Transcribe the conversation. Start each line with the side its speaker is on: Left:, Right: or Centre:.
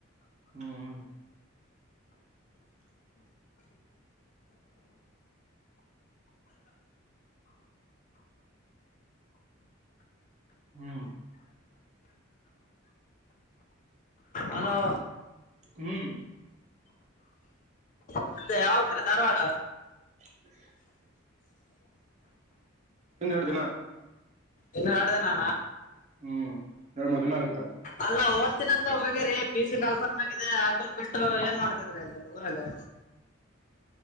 Right: ಹ್ಮ್ ಹ್ಮ್
Left: ಹಲೋ
Right: ಹ್ಮ್
Left: ಮತ್ತೆ ಯಾವಾಗತ್ರಿ ಧಾರ್ವಾಡ
Right: <inaudible> ಇಂದೆರ್ಡ್ ದಿನ
Left: ಇನ್ನ ಎರ್ಡ್ ದಿನನಾ
Right: ಹ್ಮ್ ಎರಡ್ ಮೂರ್ ದಿನ ಆಗುತ್ತಾ
Left: ಅಲ್ಲಾ ಓದ್ತೀನಂತ ಹೋಗ್ಯರಿ ಪಿ ಯು ಸಿ ಕಲ್ಫಾರ್ಮ್ ಆಗಿದೆ <unintelligible> ಬಿಟ್ಟು ಏನ್ ಮಾಡ್ತಿದ್ರಿ ಅಲ್ಲಿ ಊರಲ್ಲಿ